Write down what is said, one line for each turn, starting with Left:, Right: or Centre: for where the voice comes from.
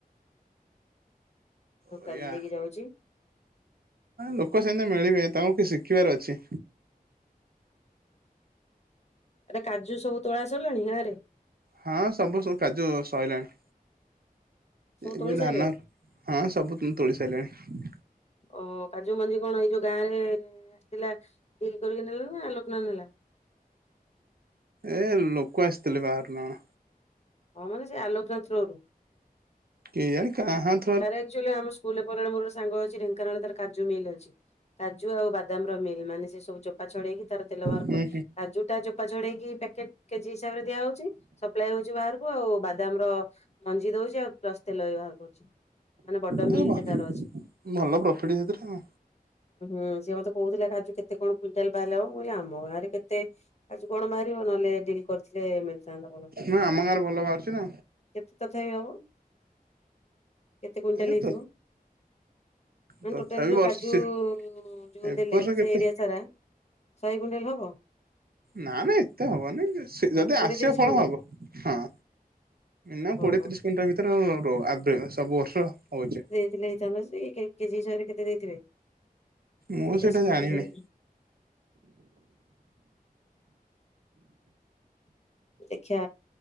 Left: ଧୋକା
Right: କରିବା।
Left: ଦେଇ ଦେଇକି ଯାଉଛି।
Right: ଲୋକ ସେମିତି ମିଳିବେ ତାଙ୍କୁ କିଛି ଶିଖିବାର ଅଛି।
Left: ଆରେ କାଜୁ ସବୁ ତୋଳା ସରିଲାଣି ଗାଁ ରେ?
Right: ହଁ ସବୁ ସବୁ କାଜୁ ସଇଲାଣି।
Left: ସବୁ
Right: ଏବେ
Left: ତୋଳି
Right: ଧାନ
Left: ସାରିଲେଣି?
Right: ହଁ ସବୁ ତୋଳି ସାରିଲିଣି।
Left: ଓହ କାଜୁ ମଞ୍ଜି କଣ ଏଇ ଯୋଉ ଗାଁରେ ଥିଲା ଡିଲ୍ କରିକି ନେଲା ନା ଆଲୋକନା ନେଲା?
Right: ଏ ଲୋକ ଆସିଥିଲେ ବାହାରୁନା କଣ?
Left: ହଁ ମାନେ ସେ ଆଲୋକ ର ଥ୍ରୋରୁ।
Right: କେଇଆଣି କାହାନ୍
Left: ଆରେ ଏକ୍ଚୁଲି ଆମ ସ୍କୁଲ୍ ରେ ପରା ମୋର ସାଙ୍ଗ ଅଛି ଢେଙ୍କାନାଳ ତାର କାଜୁ ମିଲ୍ ଅଛି। କାଜୁ ଆଉ ବାଦାମ ର ମିଲ୍ ମାନେ ସେ ସବୁ ଚୋପା ଛଡେଇକି ତାର ତେଲ ବାହାର
Right: ହୁଁ
Left: କ, କାଜୁଟା ଯୋ ଚୋପା ଛଡେଇକି ପ୍ୟାକେଟ୍ କେଜି ହିସାବରେ ଦିଆ ହଉଛି। ସପ୍ଲାଏ ହଉଛି ବାହାରକୁ। ଆଉ ବାଦାମ ର ମଞ୍ଜି ଦଉଛି ଆଉ ପ୍ଲସ୍ ତେଲ ବି ବାହାର କରୁଛି। ମାନେ ବଡ ମିଲ୍
Right: ହୁଁ
Left: ଟେ ତାର ଅଛି।
Right: ଭଲ ପ୍ରଫିଟ ସେଥିରେ ଆଉ,
Left: ହୁଁ, ସିଏ ମୋତେ କହୁଥିଲା କାଜୁ କେତେ କଣ କୁଇଣ୍ଟାଲ ବାହାରଲେ ହବ। ମୁଁ କହିଲେ ଆମ ଗାଁରେ କେତେ କାଜୁ କଣ ବାହାରିବ ନହେଲେ ଡିଲ୍ କରିଥିଲେ ମିଳିଥାନ୍ତା ଭଲ।
Right: ନା ଆମ ଗାଁରେ ଭଲ ବାହାରୁଛି ନା,
Left: କେତେ ତଥାପି ହବ? କେତେ କୁଇଣ୍ଟାଲ
Right: ଏ
Left: ହେଇଥିବ?
Right: ତ
Left: ମାନେ
Right: ତଥାପି
Left: ଟୋଟାଲି ଯୋଉ
Right: ବର୍ଷ
Left: କାଜୁ
Right: ସେ
Left: ଯୋଉ
Right: ଏ
Left: ଦେଲେ
Right: ବର୍ଷ କେତେ
Left: ସେ ଏରିଆ ସାରା ଶହେ କୁଇଣ୍ଟାଲ ହବ?
Right: ନା ନା ଏତେ ହବନି, ଯୋ ସେ
Left: ହଁ
Right: ଯଦି
Left: କୋଡିଏ
Right: ଆସିବ
Left: ତିରିଶ କୁଇଣ୍ଟାଲ
Right: ଫଳ ହବ ହଁ। ନା କୋଡିଏ
Left: ଓହୋ
Right: ତିରିଶ କୁଇଣ୍ଟାଲ ଭିତରେ ଅ, ରଅ ଆବେ ଏ ସବୁ ବର୍ଷ ହଉଚି।
Left: ଥିଲେ ହେଇଥାନ୍ତା ଯେ ଏଇ କେ କେଜି ହିସାବରେ କେତେ ଦେଇଥିବେ?
Right: ମୁଁ
Left: କୋଡିଏ ତିରିଶ
Right: ସେଇଟା
Left: କୁଇଣ୍ଟାଲ
Right: ଜାଣିନି।
Left: ଦେଇଥିବେ ଦେଖିଆ